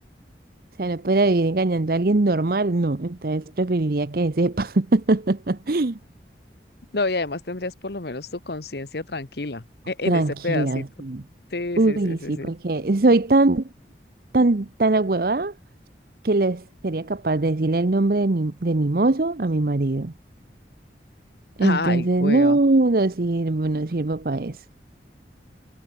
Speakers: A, on the right; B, on the left.
A: O sea, no podría vivir engañando a alguien normal, no. Entonces preferiría que sepa. <laughs>
B: No, y además tendrías por lo menos tu conciencia tranquila e- en
A: Tranquila.
B: ese pedacito.
A: sí.
B: Sí,
A: Uy,
B: sí, sí, sí,
A: sí,
B: sí.
A: porque soy tan, tan, tan ahuevada que les sería capaz de decirle el nombre de mi, de mi mozo a mi marido. Entonces,
B: Ay, hueva.
A: no, no sirvo, no sirvo para eso.